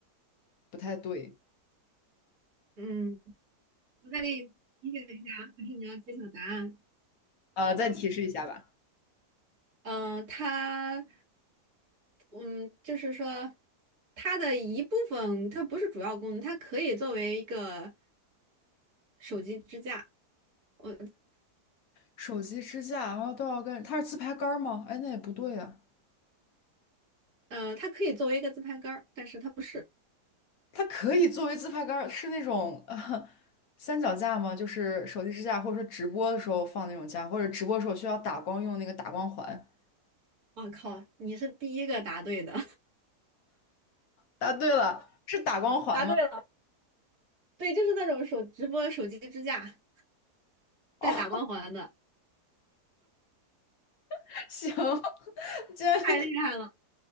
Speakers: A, on the left; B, on the right.
A: 不太对，
B: 嗯，我再给你提醒一下啊，还是你要揭晓答案？
A: 呃，再提示一下吧。
B: 嗯、它。嗯，就是说，它的一部分，它不是主要功能，它可以作为一个手机支架，我，
A: 手机支架，然后都要跟它是自拍杆儿吗？哎，那也不对呀、
B: 嗯、呃它可以作为一个自拍杆儿，但是它不是。
A: 它可以作为自拍杆儿是那种呃三脚架吗？就是手机支架，或者说直播的时候放那种架，或者直播的时候需要打光用那个打光环。
B: 我靠，你是第一个答对的，
A: 答对了，是打光环吗？
B: <laughs> 答对了，对，就是那种手直播手机支架
A: 哦，
B: 带打光环的，
A: <laughs> 行，<laughs> 今天跟
B: 太厉害了。